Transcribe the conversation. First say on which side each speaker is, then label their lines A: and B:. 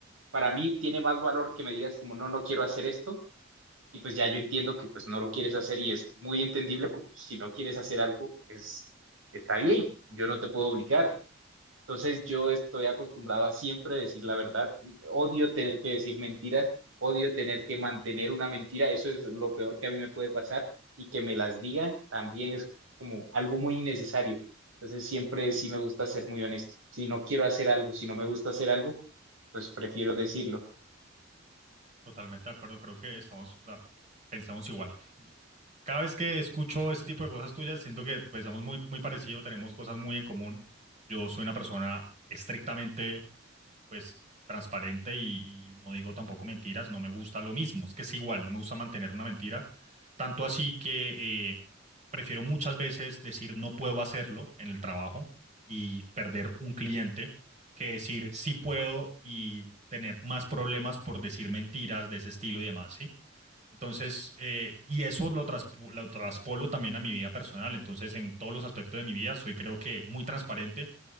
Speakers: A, on the right; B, on the right.
A: Para mí tiene más valor que me digas como, no, no quiero hacer esto y pues ya yo entiendo que pues no lo quieres hacer y es muy entendible porque pues, si no quieres hacer algo, es, está bien, yo no te puedo obligar. Entonces yo estoy acostumbrado a siempre decir la verdad, odio tener que decir mentiras, odio tener que mantener una mentira, eso es lo peor que a mí me puede pasar y que me las digan también es como algo muy innecesario. Entonces siempre sí me gusta ser muy honesto. Si no quiero hacer algo, si no me gusta hacer algo, pues prefiero decirlo.
B: Totalmente de acuerdo, creo que estamos, o sea, pensamos igual. <laughs> Cada vez que escucho ese tipo de cosas tuyas, siento que pensamos muy, muy parecido, tenemos cosas muy en común. Yo soy una persona estrictamente pues transparente y, y no digo tampoco mentiras, no me gusta lo mismo, es que es igual, no me gusta mantener una mentira, tanto así que eh, prefiero muchas veces decir no puedo hacerlo en el trabajo y perder un cliente que decir sí puedo y tener más problemas por decir mentiras de ese estilo y demás, ¿sí? Entonces, eh, y eso lo, traspo- lo traspolo también a mi vida personal. Entonces, en todos los aspectos de mi vida, soy creo que muy transparente